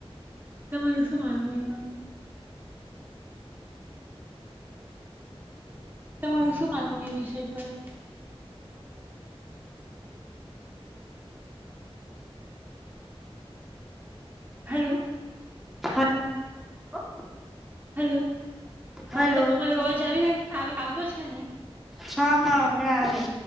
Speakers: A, on the right; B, in the centre.
A: તમારું શું માનવુ એમાં તમારું શું માનવું એ વિષય પર હલો
B: એ હલો
A: હેલો
B: હલો
A: હા તમેરો અવાજ આવીને આવતો છે ને
B: હા હા હમણાં આવે